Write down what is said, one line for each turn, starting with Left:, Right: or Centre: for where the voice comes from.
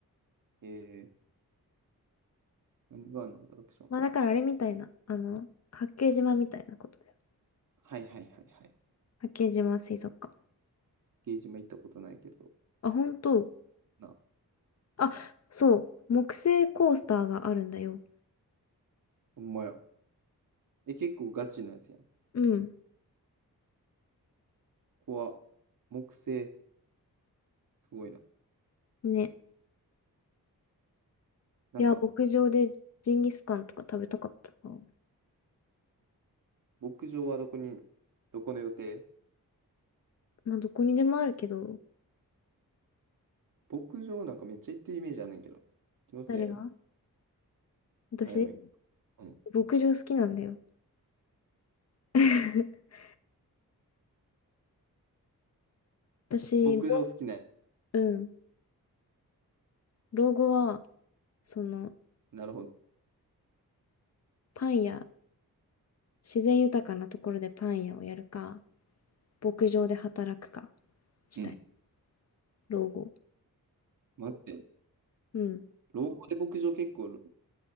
Right: えー、何があるのアトラクション。
Left: まあだからあれみたいな。あの、八景島みたいなことだよ。
Right: はいはいはいはい。
Left: 八景島水族館。
Right: ゲージも行ったことないけど。
Left: あ、本当。
Right: な、
Left: あ、そう。木製コースターがあるんだよ。
Right: ほんまや。え、結構ガチのやつやん。
Left: うん。
Right: ここは、木製。すごいな。
Left: ね。
Right: なんか、
Left: いや、牧場でジンギスカンとか食べたかったな。
Right: 牧場はどこに、どこの予定
Left: まあ、どこにでもあるけど、
Right: 牧場なんかめっちゃ行ってるイメージあんねんけど。気のせい
Left: 誰が私、
Right: あやめ。うん。
Left: 牧場好きなんだよ。<laughs> 私、
Right: 牧場好きな。
Left: ろうん。老後は、その、
Right: なるほど。
Left: パン屋、自然豊かなところでパン屋をやるか、牧場で働くかしたい。
Right: うん。
Left: 老後。
Right: 待って。
Left: うん。
Right: 老後で牧場結構